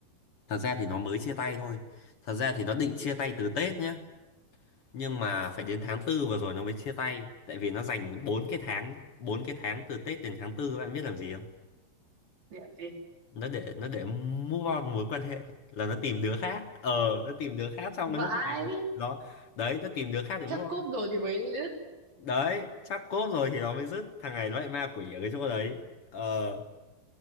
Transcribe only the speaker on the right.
Điểm gì?
Vãi.
Chắc
cốp rồi thì mới ướt.